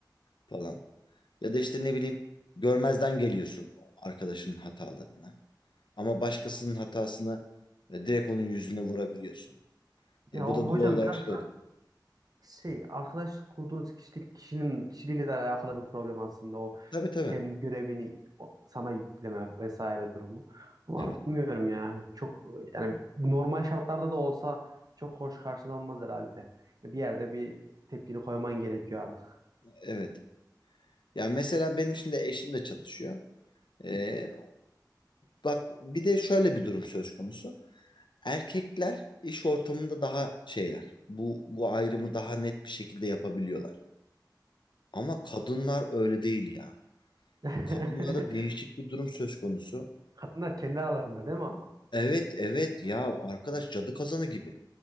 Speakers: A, on the left; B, on the right.
A: falan. Ya da işte ne bileyim görmezden geliyorsun arkadaşının hatalarına. Ama başkasının hatasını e, direkt onun yüzüne vurabiliyorsun.
B: ya
A: E bu
B: o
A: da
B: hocam
A: doğal olarak
B: biraz
A: şey oluyor.
B: şey arkadaş kurduğunuz kişilik kişinin kişiliğiyle de alakalı bir problem aslında o
A: Tabii tabii.
B: kendi görevini o- sana yükleme vesaire durumu. Ama
A: Evet.
B: bilmiyorum ya çok yani bu normal şartlarda da olsa çok hoş karşılanmaz herhalde. Bir yerde bir tepkini koyman gerekiyor artık.
A: Evet. Yani mesela benim şimdi eşim de çalışıyor. E,
B: Hı.
A: bak bir de şöyle bir durum söz konusu. Erkekler iş ortamında daha şeyler. Bu bu ayrımı daha net bir şekilde yapabiliyorlar. Ama kadınlar öyle değil ya.
B: <laughs>
A: Kadınlarda değişik bir durum söz konusu.
B: Kadınlar kendi aralarında değil mi ama?
A: Evet evet ya
B: Evet.
A: arkadaş cadı kazanı gibi.